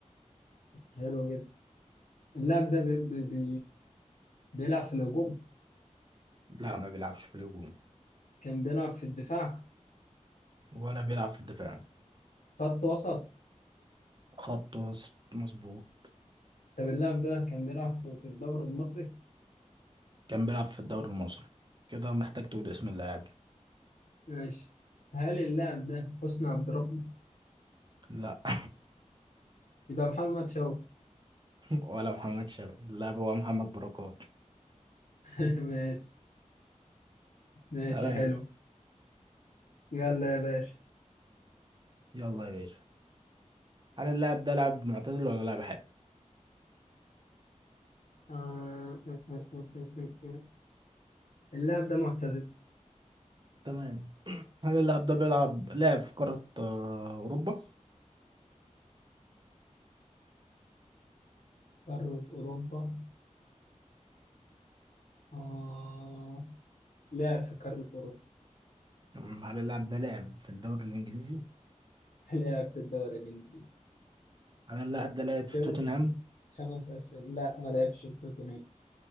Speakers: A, on the left; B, on the right.
A: حلو جدا اللاعب ده بي بي بي بيلعب في الهجوم
B: لا ما بيلعبش في الهجوم
A: كان بيلعب في الدفاع
B: ولا بيلعب في الدفاع
A: خط وسط
B: خط وسط مظبوط
A: طب اللاعب ده كان بيلعب في في الدوري المصري؟
B: كان بيلعب في الدوري المصري كده محتاج تقول اسم اللاعب
A: ماشي هل اللاعب ده حسني عبد ربه؟
B: لا <laughs>
A: يبقى محمد شوقي
B: ولا محمد شوقي اللاعب هو محمد بركات
A: <laughs> ماشي ماشي
B: تمام
A: حلو يلا يا باشا
B: يلا يا باشا هل اللاعب ده لاعب معتزل ولا لاعب حالي
A: آه... آه، آه، آه، آه، آه. اللاعب ده معتزل
B: تمام <clears throat> هل اللاعب ده بيلعب لاعب في قارة آه، أوروبا
A: قارة أوروبا آه... لعب في قارة أوروبا
B: تمام. هل اللاعب ده لاعب في الدوري الإنجليزي
A: <laughs> لعب في الدوري الإنجليزي
B: هل اللاعب ده لاعب
A: كده
B: في توتنهام
A: خمس أسئلة لا ما لعبش في توتنهام